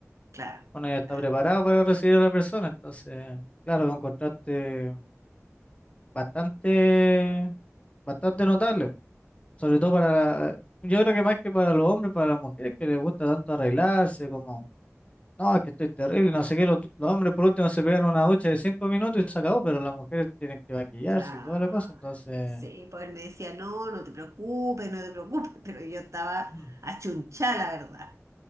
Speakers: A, on the right (about 70°); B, on the left (about 25°).
A: claro,
B: uno ya está
A: claro,
B: preparado para recibir a la persona. Entonces, claro, lo encontraste bastante, bastante notable. Sobre todo para la- yo creo que más que para los hombres, para las mujeres que les gusta tanto arreglarse, como, no, es que estoy terrible, no sé qué, los, los hombres por último se pegan una ducha de cinco minutos y se acabó, pero las mujeres tienen que maquillarse
A: claro.
B: y toda la cosa, entonces,
A: Sí, pues él me decía, no, no te preocupes, no te preocupes, pero yo estaba
B: Mm.
A: achunchada, la verdad.